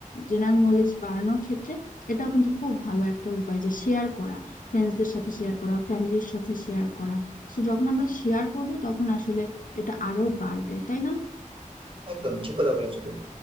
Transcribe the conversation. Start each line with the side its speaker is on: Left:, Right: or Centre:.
Left: জেনারেল নলেজ বাড়ানোর ক্ষেত্রে এটাও কিন্তু খুব ভালো একটা উপায় যে শেয়ার করা ফ্রেন্ডসদের সাথে শেয়ার করা ফ্যামিলির সাথে শেয়ার করা সো যখন আমরা শেয়ার করব তখন আসলে এটা আরো বাড়বে তাই না
Right: একদম ঠিক কথা বলেছো তুমি